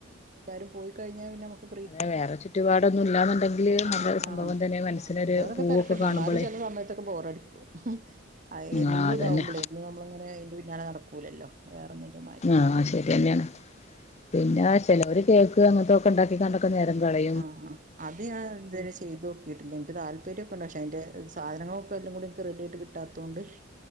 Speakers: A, on the right (about 40°); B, on the left (about 35°).
A: എല്ലാരും പോയി കഴിഞ്ഞാൽ പിന്നെ അമുക്ക്
B: പിന്നെ വേറെ ചുറ്റുപാടൊന്നും ഇല്ലാന്ന്ണ്ടെങ്കില്
A: ആഹ്
B: നല്ല
A: ആഹ്
B: സംഭവം തന്നെ മനസ്സിനൊരു
A: ആഹ് അങ്ങനത്തോരൊക്കെ
B: പൂവൊക്കെ
A: തെരക്ക്ണ്ട്
B: കാണുമ്പളേ
A: ന്നാലും ചെല സമയത്തൊക്കെ ബോറടിക്കും. ഉം എന്നുതാവുമ്പളേ
B: ആഹ് അതന്നെ
A: നമ്മളിങ്ങനെ അയിന്റെ പിന്നാലെ നടക്കൂലല്ലോ വേറെന്തേലും മാ
B: ആഹ് ശെരിന്ന്യാണ്. പിന്നെ ചെലോർ
A: അങ്ങനെ
B: കേക്ക് അങ്ങനത്തൊക്കെണ്ടാക്കിക്കാണ്ടൊക്കെ നേരം കളയ്
A: ആഹ് ആഹ് അത് ഞാനിത് വരെ ചെയ്തോക്കിട്ടില്ല എൻക്ക് താല് <unintelligible> ക്ഷെ അയിന്റെ സാധനങ്ങളൊക്കെല്ലും കൂടി എൻക്ക് റെഡിയായിട്ട് കിട്ടാത്തോണ്ട്